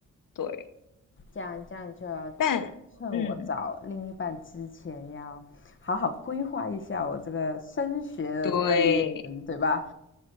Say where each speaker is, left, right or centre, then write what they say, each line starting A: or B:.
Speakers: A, on the left; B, on the left.
A: 对，
B: 这样这样就要
A: 但嗯，
B: 趁我找另一半之前，要好好规划一下我这个升学的这个旅程，
A: 对
B: 对吧？